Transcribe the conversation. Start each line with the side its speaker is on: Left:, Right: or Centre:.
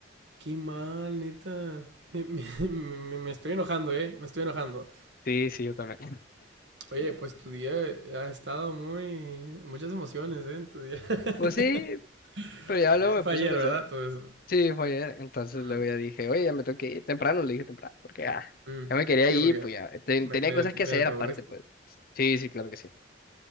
Right: Qué mal, neta. Me, me, <laughs> me- me estoy enojando, ¿eh? Me estoy enojando.
Left: Sí, sí, yo también.
Right: Oye, pues tu día ha estado muy... Muchas emociones, ¿eh? En tu día. <laughs>
Left: Pues sí, pero ya luego
Right: Eh,
Left: me
Right: Fue
Left: puse
Right: ayer,
Left: a pensar.
Right: ¿verdad? Todo eso.
Left: Sí, fue ayer. Entonces
Right: Mm,
Left: luego ya dije, oye, ya me tengo que ir temprano, le dije temprano, porque ya,
Right: mm.
Left: ya me quería
Right: Sí,
Left: ir,
Right: porque
Left: pues ya. ten-
Right: me,
Left: tenía
Right: me-
Left: cosas
Right: medio
Left: que hacer
Right: te
Left: aparte,
Right: aburriste.
Left: pues. Sí, sí, claro que sí.